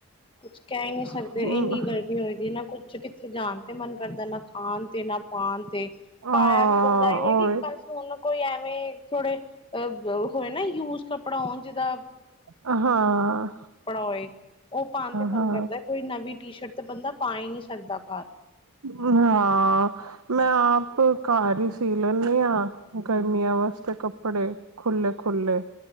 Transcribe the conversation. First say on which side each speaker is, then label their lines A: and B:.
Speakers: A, on the left; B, on the right.
A: ਕੁਛ ਕਹਿ ਹੀ ਨੀ ਸਕਦੇ।
B: ਹਾਂ
A: ਇੰਨੀ ਗਰਮੀ ਹੁੰਦੀ ਨਾ ਕੁਛ ਚ ਕਿੱਥੇ ਜਾਣ ਤੇ ਮਨ ਕਰਦਾ ਨਾ ਖਾਣ ਤੇ ਨਾ ਪਾਣ ਤੇ। ਪਾਇਆ
B: ਹਾਂ
A: ਵੀ ਬੰਦਾ ਇਹ ਹੈ
B: ਓਏ
A: ਕਿ ਬਸ ਹੁਣ ਕੋਈ ਐਵੇਂ ਥੋੜੇ ਅ <unintelligible> ਹੋਏ ਨਾ ਯੂਜ ਕੱਪੜਾ, ਉਂਝ ਦਾ
B: ਹਾਂ ਹਾਂ,
A: ਹੋਏ ਉਹ ਪਾਣ ਤੇ ਮਨ
B: ਹਾਂ,
A: ਕਰਦਾ ਕੋਈ ਨਵੀਂ ਟੀ ਸ਼ਰਟ ਤੇ ਬੰਦਾ ਪਾ ਹੀ ਨਹੀਂ ਸਕਦਾ ਘਰ
B: ਹਾਂ ਮੈਂ ਆਪ ਘਰ ਹੀ ਸੀ ਲੈਂਨੀ ਹਾਂ, ਗਰਮੀਆਂ ਵਾਸਤੇ ਕੱਪੜੇ। ਖੁੱਲੇ-ਖੁੱਲੇ,